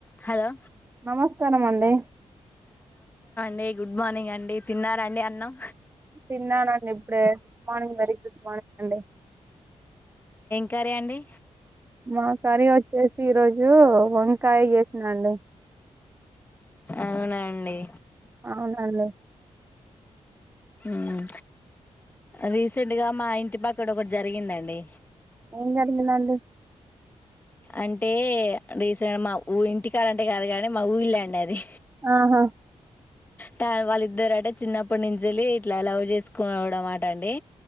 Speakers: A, on the left (about 15°); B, on the right (about 20°).
A: Hello
B: నమస్కారం అండి
A: డి గుడ్ మార్నింగ్ అండి తిన్నారండి అన్నం
B: తిన్నానండీ ఇప్పుడే good morning very good morning అండి
A: కర్రి అండి
B: మా కర్రి వచ్చేసి ఈరోజు వంకాయ చేసిదండి
A: అవునండి
B: అవునండి
A: మ్ రీసెంట్గా మా ఇంటి పక్కడ ఒకటి జరిగిందండి
B: ఏం జరిగిందండీ
A: అంటే రీసెంట్ మా ఊ ఇంటికడంటే కాదు కానీ మా ఊరిలే అండి అది
B: ఆహా
A: త వాళ్ళిద్దరు అట చిన్నప్పటి నుంచేళ్ళి ఇట్లా లవ్ చేసుకోడం అట అండి